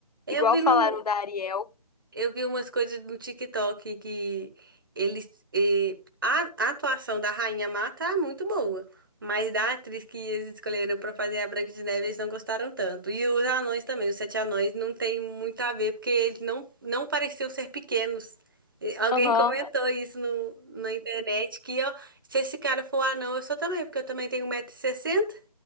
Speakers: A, on the right (about 35°); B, on the left (about 80°).
A: Eu
B: Igual
A: vi
B: falaram
A: no,
B: da Ariel.
A: Eu vi umas coisas no TikTok que eles. eh, a, a atuação da Rainha Má tá muito boa. Mas da atriz que eles escolheram pra fazer a Branca de Neve, eles não gostaram tanto. E os anões também, os sete anões, não tem muito a ver, porque eles não, não pareciam ser pequenos. E Alguém
B: Aham,
A: <laughs> comentou isso no, na internet, que ó, se esse cara for anão, eu sou também, porque eu também tenho um metro e sessenta.